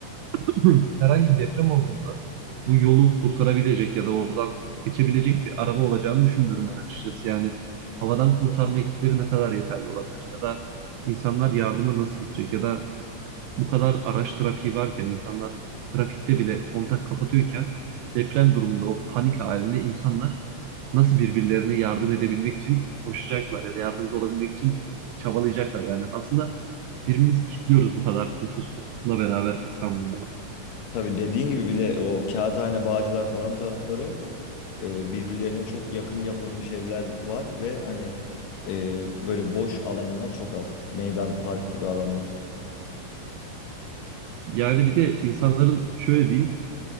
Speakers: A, on the right (about 85°); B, on the left (about 75°).
A: <clears throat> herhangi bir deprem olduğunda bu yolu kurtarabilecek ya da oradan geçebilecek bir araba olacağını düşünmüyorum ben açıkçası. Yani havadan kurtarma ekipleri ne kadar yeterli olabilir? Ya da insanlar yardıma nasıl gidecek? Ya da bu kadar araç trafiği varken insanlar trafikte bile kontak kapatıyorken deprem durumunda o panik halinde insanlar nasıl birbirlerine yardım edebilmek için koşacaklar ya da yardımcı olabilmek için çabalayacaklar yani. Aslında birbirimizi kilitliyoruz bu kadar nüfusla beraber İstanbul'da.
B: Tabii dediğin gibi bir de o Kağıthane, Bağcılar falan tarafları e, birbirlerine çok yakın yapılmış evler var ve hani e, böyle boş alanlar çok az. Meydan, park gibi alanlar.
A: Yani bir de insanların şöyle diyeyim